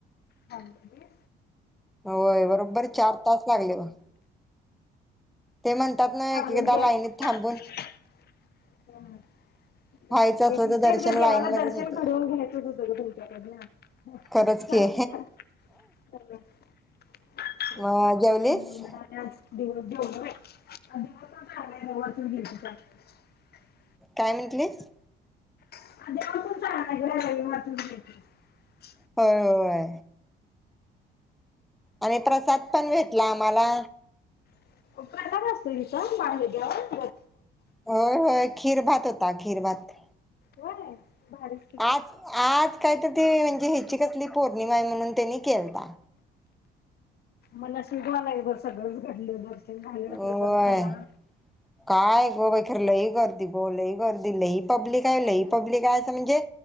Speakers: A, on the left; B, in the centre.
A: थांबली
B: होय बरोबर चार तास लागले बघ. ते म्हणतात ना
A: हा
B: एकेकदा
A: देव
B: लाईनीत
A: <unintelligible>
B: थांबून व्हायचं
A: तेच
B: असलं तर
A: ग
B: दर्शन
A: देवाला
B: लाईन मध्येच
A: दर्शन
B: होतंय
A: घडवून घ्यायचंच होत ग तुमच्याकडन.
B: खरंच की
A: असूदे
B: मग जेवलीस
A: <unintelligible> जेवलो बाई <unintelligible>
B: काय म्हटलीस?
A: <unintelligible>
B: होय होय आणि प्रसाद पण भेटला आम्हाला.
A: <unintelligible> असतंय तिथं मागितल्यावर
B: होय होय. खिर भात होता खिरभात.
A: होय भारीच की ग.
B: आज आज काय तर ते म्हणजे हीची कस आपली पौर्णिमा आहे म्हणून त्यांनी केलता.
A: मला शिजवा नाही बर सगळंच घडल बग. झालं
B: होय.
A: प्रसाद झाला.
B: काय गो बाई खरं लई गर्दी गो लई गर्दी लई पब्लिक हाय. लई पब्लिक आहे असं, म्हणजे